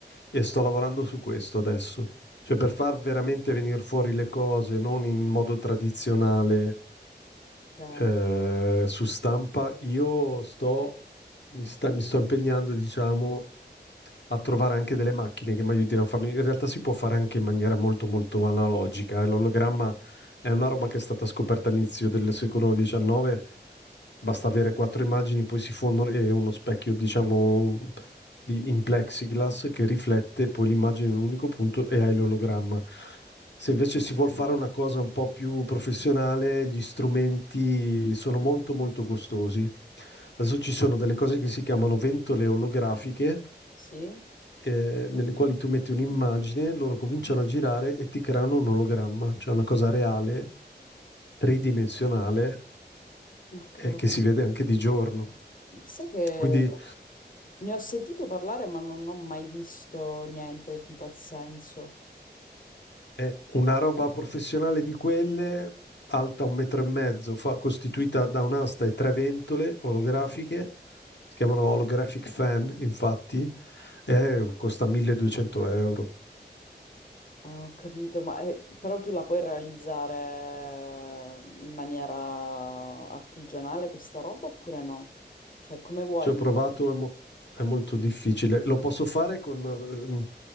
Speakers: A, on the left; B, on the left.
A: e sto lavorando su questo adesso. Cioè per far veramente venire fuori le cose, non in modo tradizionale
B: Ok.
A: eh, su stampa, io sto, mi sta- mi sto impegnando, diciamo, a trovare anche delle macchine che mi aiutino a farlo. In realtà si può fare anche in maniera molto molto analogica, eh. L'ologramma è una roba che è stata scoperta all'inizio del secolo XIX, basta avere quattro immagini, poi si fondono e uno specchio, diciamo, di, in plexiglass che riflette poi l'immagine in un unico punto e hai l'ologramma. Se invece si vuol fare una cosa un po' più professionale, gli strumenti sono molto molto costosi. Adesso ci sono delle cose che si chiamano ventole olografiche,
B: Sì?
A: eh, nelle quali tu metti un'immagine, loro cominciano a girare e ti creano un ologramma, cioè una cosa reale, tridimensionale,
B: Ok.
A: eh, che si vede anche di giorno.
B: Sai che
A: Quindi
B: ne ho sentito parlare ma non ho mai visto niente in tal senso.
A: È una roba professionale di quelle, alta un metro e mezzo, fa- costituita da un'asta e tre ventole olografiche, si chiamano holographic fan, infatti, e costa 1200 euro.
B: Ah, Ho capito, ma eh, però tu la puoi realizzare eh, in maniera artigianale questa roba oppure no? Cioè, come vuoi?
A: Ci ho provato, è, mo- è molto difficile. Lo posso fare con... ehm,